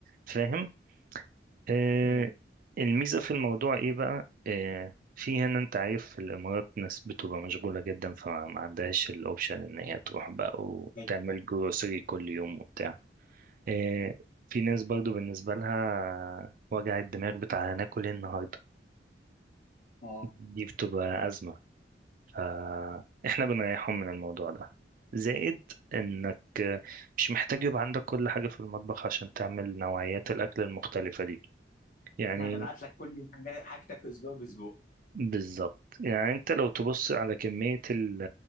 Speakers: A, on the right (about 50°); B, on the left (about 50°).
A: فاهم اه
B: فاهم
A: الميزة في الموضوع ايه بقى اه في هنا انت عارف في الامارات ناس بتبقى مشغولة جدا فما عندهاش الاوبشن ان هي تروح بقى وتعمل
B: فاهم فاهم.
A: جروسري كل يوم وبتاع إيه، في ناس برضو بالنسبة لها وجع الدماغ بتاع هناكل ايه النهاردة
B: اه
A: دي بتبقى أزمة فإحنا بنريحهم من الموضوع ده زائد إنك مش محتاج يبقى عندك كل حاجة في المطبخ عشان تعمل نوعيات الأكل المختلفة دي يعني
B: احنا هنبعت لك كل حاجة حاجتك اسبوع باسبوع
A: بالظبط يعني أنت لو تبص على كمية ال